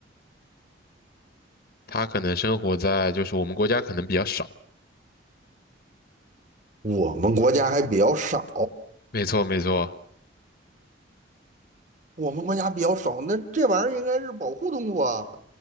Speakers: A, on the left; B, on the right.
A: 它可能生活在就是我们国家可能比较少，
B: 我们国家还比较少，
A: 没错没错。
B: 我们国家比较少，那这玩意儿应该是保护动物啊。